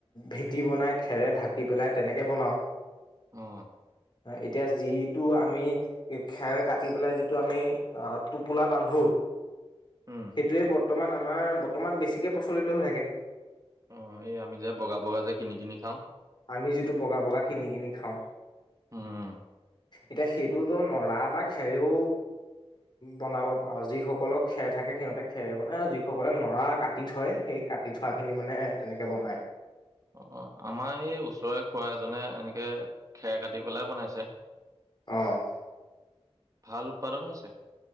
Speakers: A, on the left (about 45°); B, on the right (about 35°).
A: ভেটি বনাই খেৰে ঢাকি পেলাই তেনেকে বনাওঁ।
B: অঁ।
A: এতিয়া যিটো আমি, খেৰ কাটি পেলাই যিটো আমি টোপোলা বান্ধো।
B: উম
A: সেইটোৱে। বৰ্তমান আমাৰ বৰ্তমান বেছিকৈ প্ৰচলিত হৈ থাকে।
B: অ এই আমি যে বগা বগা যে কিনি কিনি খাওঁ।
A: আমি যিটো, বগা বগা কিনি কিনি খাওঁ।
B: উম
A: এতিয়া সেইটোতো নৰা বা খেৰেও বনাব পাৰো ।যিসকলৰ খেৰ থাকে সিহঁতে খেৰে বনায় আৰু যিসকলে নৰা কাটি থয় সেই কাটি থোৱাখিনি মানে তেনেকে বনায়।
B: অ অ আমাৰ এই, ওচৰৰে খোৱা এজনে এনেকে খেৰ কাটি পেলাই বনাইছে।
A: আহ।
B: ভাল উৎপাদন হৈছে।